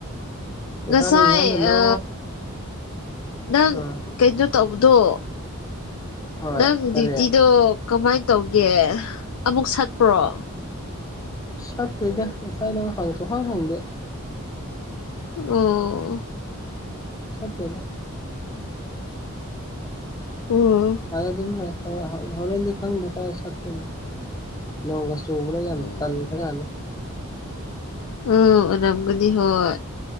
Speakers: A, on the left (about 15°); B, on the left (about 80°).
A: ꯅꯁꯥꯗ
B: ꯉꯁꯥꯏ
A: ꯏꯪꯍꯜꯂꯨꯅꯣ
B: ꯑ ꯅꯪ
A: ꯑꯥ
B: ꯀꯩꯅꯣ ꯇꯧꯕꯗꯣ
A: ꯍꯣꯏ
B: ꯅꯪ
A: ꯀꯔꯤ
B: ꯗ꯭ꯌꯨꯇꯤꯗꯣ ꯀꯃꯥꯏꯅ ꯇꯧꯒꯦ ꯑꯃꯨꯛ ꯁꯥꯡꯄ꯭ꯔꯣ
A: ꯁꯠꯇꯦꯗ ꯉꯥꯏ ꯅꯪ ꯍꯥꯡꯁꯨ ꯁꯨꯡꯍꯥꯡ ꯍꯪ ꯗꯦ
B: ꯑꯣ
A: ꯆꯠꯇꯦꯗ
B: ꯎꯝ
A: ꯑꯥꯗ ꯑꯗꯨꯝ ꯍꯣꯔꯦꯟꯗꯤ ꯈꯪꯗꯦ ꯀꯥꯏ ꯁꯇꯅ ꯂꯣꯡꯒꯥ ꯆꯨꯕꯅꯦ ꯌꯥꯝ
B: ꯎꯝ
A: ꯇꯥꯟꯈꯔꯖꯠꯅꯤ
B: ꯎꯝ ꯑꯣꯢꯔꯝꯒꯅꯤ ꯍꯣꯏ